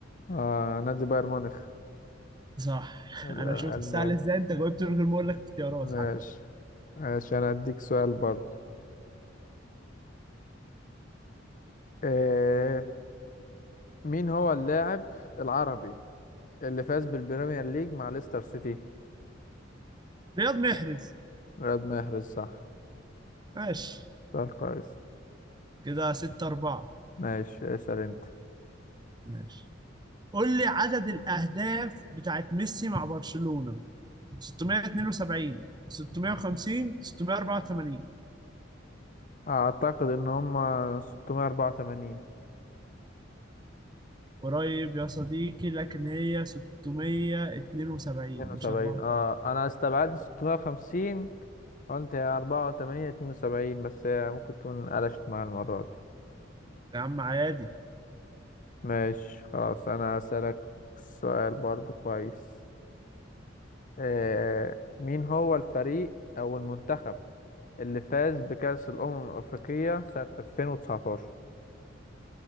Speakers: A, on the left; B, on the right.
A: آه نادي بايرن ميونخ
B: صح <laughs>
A: الالمان
B: انا شفت سهل ازاي انت جاوبت من غير ما اقول لك اختيارات
A: ماشي
B: حتى
A: ماشي انا اديك سؤال برضو آه مين هو اللاعب العربي اللي فاز بالبريمير ليج مع ليستر سيتي
B: رياض محرز
A: رياض محرز صح
B: ماشي
A: سؤال كويس
B: كده 6 4
A: ماشي اسأل انت
B: ماشي قول لي عدد الاهداف بتاعت ميسي مع برشلونة 672 650 684
A: اعتقد ان هم 684
B: قريب يا صديقي لكن هي 672
A: 72
B: مش 84
A: اه انا استبعدت 650 قلت يا 4 8 72 بس هي ممكن تكون قلشت معايا المرة دي
B: يا عم عادي
A: ماشي خلاص انا هسألك سؤال برضو كويس آه مين هو الفريق او المنتخب اللي فاز بكأس الأمم الأفريقية سنة 2019